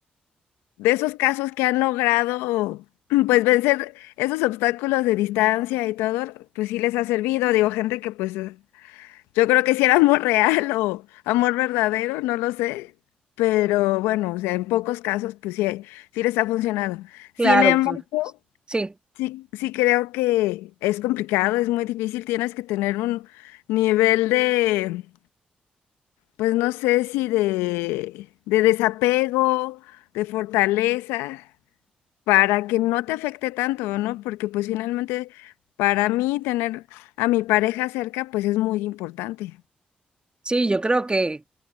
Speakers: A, on the left (about 80°); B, on the right (about 25°).
A: de esos casos que han logrado, <clears throat> pues, vencer esos obstáculos de distancia y todo, pues sí les ha servido. Digo, gente que pues yo creo que si era amor real o amor verdadero, no lo sé, pero bueno, o sea, en pocos casos, pues sí, sí les ha funcionado. Sin
B: Claro,
A: embargo,
B: p- sí,
A: sí, sí creo que es complicado, es muy difícil, tienes que tener un nivel de, pues no sé si de, de desapego, de fortaleza, para que no te afecte tanto, ¿no? Porque pues finalmente, para mí, tener a mi pareja cerca, pues es muy importante.
B: sí, yo creo que,